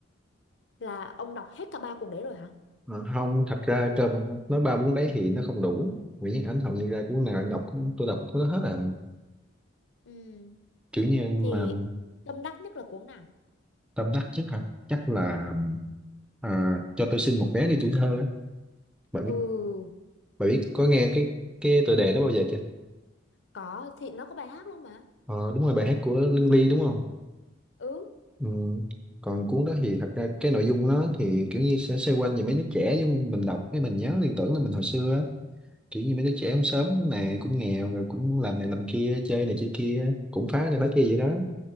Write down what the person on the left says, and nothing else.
là ông đọc hết cả ba cuốn đấy rồi hả
ừ
thì tâm đắc nhất là cuốn nào
ừ
có thì nó có bài hát luôn mà
ừ
ừ